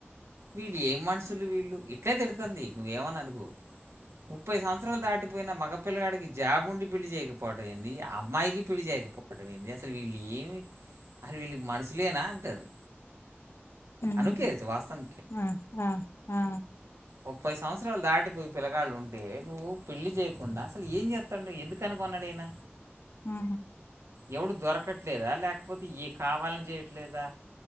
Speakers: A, on the right; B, on the left.
A: వీళ్ళు ఏం మనుషులు వీళ్ళు ఇట్లే తిడుతుంది నువ్వేమని అనుకో ముప్పై సంవత్సరాలు దాటిపోయిన మగ పిల్లగాడికి జాబుండి పెళ్లి చేయకపోవడం ఏంది ఆ అమ్మాయికి పెళ్లి చేయకపోవడం ఏంది అసలు వీళ్ళు ఏమి అరే వీల్లు మనుషులేనా అంటది
B: మ్
A: అనుకోవచ్చు వాస్తవం
B: ఆ ఆ ఆ
A: ముప్పై సంవత్సరాలు దాటిపోయి పిలగాళ్లు ఉంటే నువ్వు పెళ్లి చేయకుండా అసలు ఏం చేత్తండు ఎందుకు కనుకున్నడిన
B: ఆవును
A: ఎవడు దొరకట్లేదా లేకపోతే ఏ కావాలని చేయట్లేదా